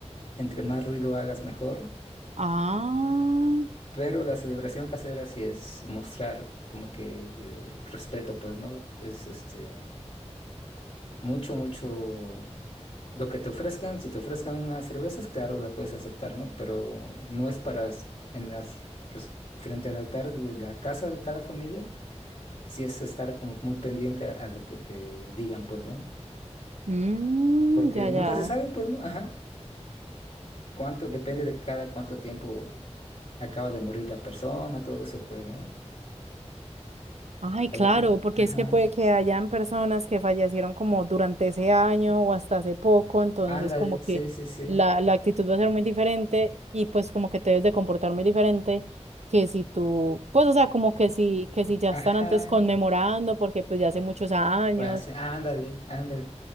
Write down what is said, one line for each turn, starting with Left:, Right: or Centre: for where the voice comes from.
Left: entre más ruido hagas mejor.
Right: Ah,
Left: Pero la celebración casera sí es mostrar como que eh, respeto, pues, ¿no? Es este mucho, mucho lo que te ofrezcan. Si te ofrezcan unas cervezas, claro, la puedes aceptar, ¿no? Pero no es para es- en las pues, frente al altar de la casa de cada familia, sí es estar como muy pendiente a lo que te digan, pues, ¿no?
Right: mm,
Left: Porque
Right: ya,
Left: nunca
Right: ya.
Left: se sabe, pues, ¿no? Ajá. Cuánto, depende de cada cuánto tiempo acaba de morir la persona, todo eso, pues, ¿no?
Right: Ay, claro,
Left: A veces,
Right: porque
Left: ajá.
Right: es que puede que hayan personas que fallecieron como durante ese año o hasta hace poco, entonces
Left: Ándale,
Right: como que
Left: sí, sí, sí.
Right: la, la actitud va a ser muy diferente y pues como que te debes de comportar muy diferente que si tú, pues o sea, como que si, que si ya
Left: Ajá.
Right: están antes conmemorando porque pues ya hace muchos años.
Left: Pues hacen, ándale, ándale.